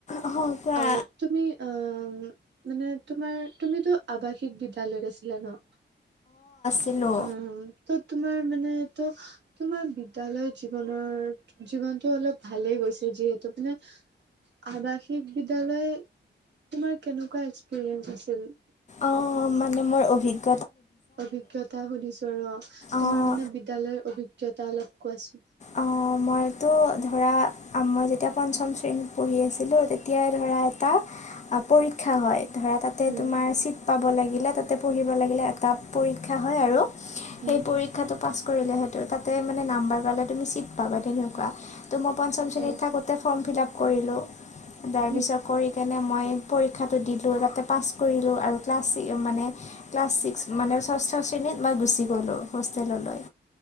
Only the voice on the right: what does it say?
অ তুমি অ মানে তোমাৰ তুমিতো আৱাসিক বিদ্যালয়ত আছিলা ন।
অ ত' তোমাৰ মানে তহ তোমাৰ বিদ্যালয় জীৱনৰ জীৱনতটো অলপ ভালে গৈছে যিহেতু মানে আৱাসিক বিদ্যালয় তোমাৰ কেনেকুৱা এক্সপিৰিয়েঞ্চ আছিল?
অভিজ্ঞতা সুধিছো আৰু অ'
তোমাৰ মানে বিদ্যালয়ৰ অভিজ্ঞতা অলপ কোৱাচোন
উম,
উম,
অ',
উম,